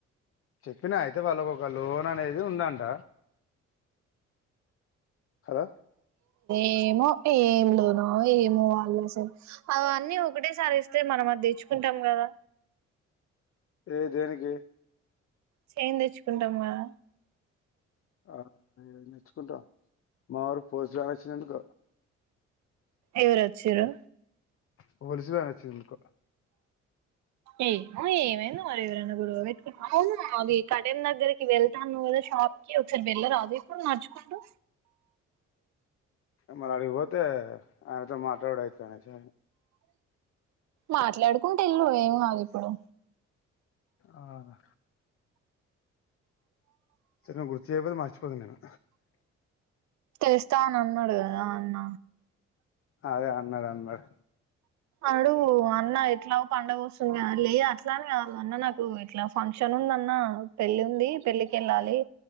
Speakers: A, on the left (about 40°); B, on the right (about 50°).
A: చెప్పినా అయితే వాళ్ళకు ఒక లోన్ అనేది ఉందంట హలో
B: ఏమో ఏం లోనో ఏమో వాళ్ళ అసలు అవన్నీ ఒకటేసారి ఇస్తే మనం అది తెచ్చుకుంటాం కదా
A: ఏ దేనికి
B: చేన్ తెచ్చుకుంటాం కదా
A: ఆ ఏం తెచ్చుకుంటవ్ మా ఊరుకు పోలిసు వ్యాన్ వచ్చిందేందుకో
B: ఎవరు వచిరు
A: పోలీస్ వ్యాన్ వచ్చి ఎందుకో
B: ఏమో ఏమైందో మరి ఎవరైనా గొడవ పెట్కు అవును అవి కడెం దగ్గరికి వెళ్తా అన్నవ్ కదా షాప్ కి ఒకసారి వెళ్ళరాదు ఇప్పుడు నడుచుకుంటూ
A: మరి అడికిపోతే ఆయనతో మాట్లాడు అయితది అనేసి
B: మాట్లాడుకుంట ఎల్లు ఏం ఆగి తడో
A: అవునా సరే నే గుర్తు చేయపోతే మరిచిపోతనేను
B: తెరుస్త అని అన్నాడు గదా అన్న
A: అదే అన్నాడు అన్నాడు
B: అడుగు అన్నా ఎట్లా పండగ వస్తుంది కా లే అట్లాని కావాల అన్నా నాకు ఇట్లా ఫంక్షన్ ఉంద అన్న పెళ్లిి ఉంది పెళ్ళిక్ కెళ్ళాలి